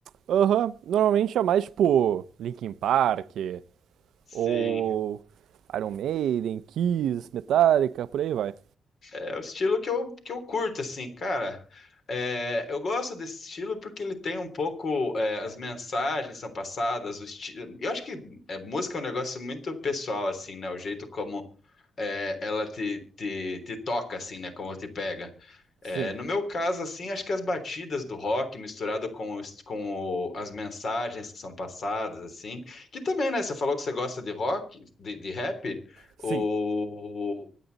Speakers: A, on the right; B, on the left.
A: Aham, normalmente é mais tipo Linkin Park
B: Sim.
A: ou Iron Maiden, Kiss, Metallica, por aí vai.
B: É é o estilo que eu, que eu curto, assim, cara. É, eu gosto desse estilo porque ele tem um pouco. é, as mensagens são passadas, o estilo. Eu acho que é, música é um negócio muito pessoal, assim, né? O jeito como é, ela te, te, te toca, assim, né? Como te pega.
A: Sim,
B: É, no meu caso, assim, acho que as batidas do rock misturado com, os- com o- as mensagens que são passadas, assim. Que também, né? Você falou que você gosta de rock, de, de rap.
A: sim,
B: O,